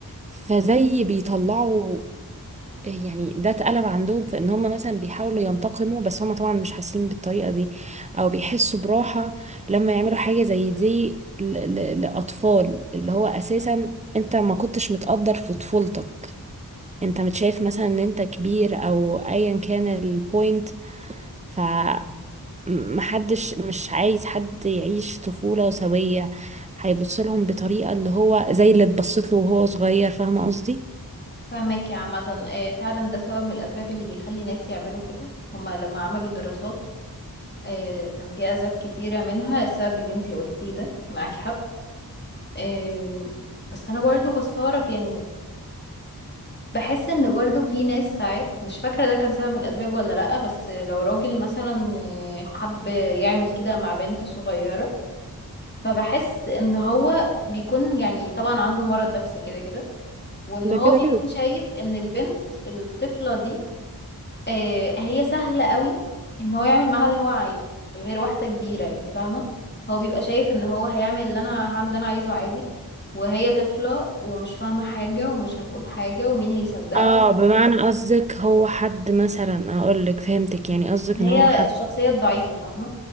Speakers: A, on the right; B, on the left.
A: فزي بيطلعوا يعني ده اتقلب عندهم في ان هم مثلا بيحاولوا ينتقموا بس هم طبعا مش حاسين بالطريقة دي او بيحسوا براحة لما يعملوا حاجة زي دي ل- ل- لأطفال اللي هو اساسا انت ما كنتش متقدر في طفولتك انت متشايف مثلا ان انت كبير او ايا كان البوينت ف محدش مش عايز حد يعيش طفولة سوية هيبص لهم بطريقة اللي هو زي اللي اتبصت له وهو صغير فاهمة قصدي؟
B: فاهمك يا عامة آه، فعلا ده سبب من الأسباب اللي بيخلي ناس يعملوا كده هما لما عملوا دراسات آه، كان في أسباب كتيرة منها السبب اللي انتي قلتيه ده معاك حق آم، بس أنا برضو بستغرب يعني بحس ان برضو في ناس ساعات مش فاكرة ده كان سبب من الاسباب ولا لأ بس لو راجل مثلا حب يعمل كده مع بنت صغيرة فبحس ان هو بيكون يعني طبعا عنده مرض نفسي كده كده وان
A: ده
B: هو
A: كده
B: بيكون
A: كده
B: شايف ان البنت الطفلة دي آه، هي سهلة قوي ان هو يعمل معاها اللي هو عايزه غير واحدة كبيرة انت فاهمة هو بيبقى شايف ان هو هيعمل اللي انا هعمل اللي انا عايزه عادي وهي طفلة ومش فاهمة حاجة ومش هتقول حاجة ومين هيصدقها
A: اه بمعنى قصدك هو حد مثلا اقول لك فهمتك يعني قصدك
B: هي
A: ان هو حد
B: الشخصية الضعيفة فاهمة